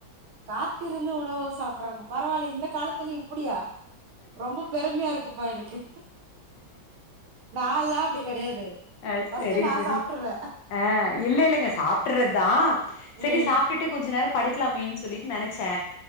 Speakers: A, on the right (about 85°); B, on the left (about 70°).
A: காத்திருந்து உணவு சாப்பிறாங்க பரவால்லியே இந்த காலத்துல இப்புடியா ரொம்ப பெருமையா இருக்குப்பா எனக்கு நால்லா அப்டி கெடையாது
B: அ
A: ஃபர்ஸ்ட்
B: செரி
A: நா
B: செரி
A: சாப்ட்டுருவே
B: அ இல்லேல சாப்ட்டர்றதா செரி
A: ம்
B: சாப்ட்டுட்டு கொஞ்ச நேரம் படுக்லாமேன் சொல்லிட்டு நெனச்சே